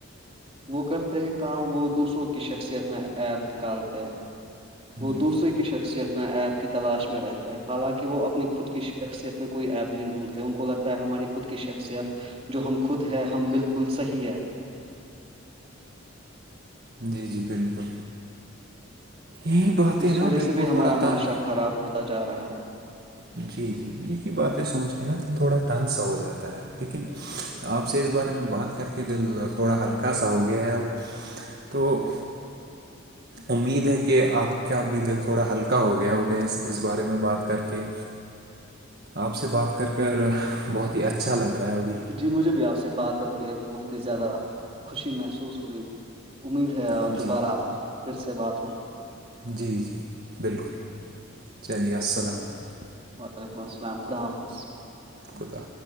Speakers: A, on the right; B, on the right.
A: وہ کرتے ہے کام وہ دوسروں کی شخصیت میں ایپ نکالتے ہے وہ
B: جی
A: دوسرے
B: جی
A: کی شخصیت میں ایپ کی تلاش میں رہتا ہیں حالانکہ کہ وہ اپنی خود کی شخصیت میں کوئی ایپ نہیں ڈھونڈتے ان کو لگتا ہے ہماری خود کی شخصیت جو ہم خود ہے ہم بالکل صحیح ہے
B: جی جی بالکل یہ باتیں
A: اس
B: نا
A: وجہ
B: بالکل
A: سے بھی ہمارا
B: تھوڑا تنگ
A: معاشرہ خراب ہوتا جا رہا ہے
B: جی جی یہی باتیں سوچ کے نا تو تھوڑا تنگ سا ہو جاتا ہے لیکن آپ اب سے اس بارے میں بات کر کے د تھوڑا ہلکا سا ہو گیا ہے اب تو امید ہے کہ آپ کیا ا بھی دل تھوڑا ہلکا ہو گیا ہو گیس اس بارے میں بات کر کے
A: <inaudible>
B: آپ سے بات کر کر بہت ہی اچھا لگ رہا ہے وہ بھیھی
A: جی مجھے بھی آپ سے بات کر کے بہت ہی زیادہ خوشی محسوس ہوئی امید ہے اور
B: جی
A: دوبارہ پھر سے بات ہوگی
B: جی جی بالکل چلیے السلام علیکم
A: وعلیکم السلام خدا حافظ
B: خدا